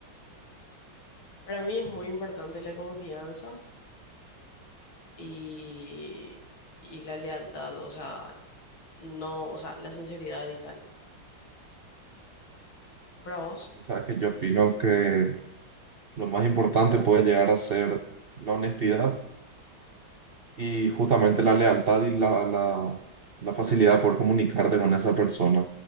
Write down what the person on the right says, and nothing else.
O sea, que yo opino que lo más importante puede llegar a ser la honestidad y justamente la lealtad y la, la, la facilidad por comunicarte con esa persona.